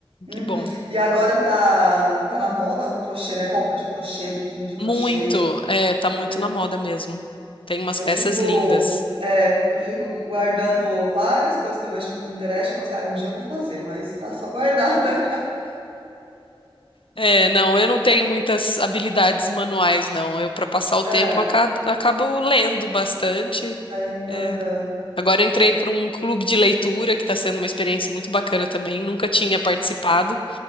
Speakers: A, on the right (about 85°); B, on the left (about 70°).
A: Uhum.
B: Que bom.
A: E agora tá, tá na moda o crochê, né, roupa de crochê, biquíni de
B: Muito.
A: crochê.
B: É, tá muito
A: Eu,
B: na moda mesmo. Tem umas
A: eu
B: peças
A: fico...
B: lindas.
A: É, eu fico gu- guardando várias coisas que eu vejo no Pinterest. Eu falo assim, ah, um dia eu vou fazer, mas tá só guardada.
B: É, não, eu não tenho muitas habilidades manuais, não. Eu, para passar
A: <laughs>
B: o tempo,
A: É,
B: aca- acabo lendo bastante.
A: ainda,
B: É,
A: aham.
B: Agora eu entrei para um clube de leitura, que está sendo uma experiência muito bacana também. Nunca tinha participado,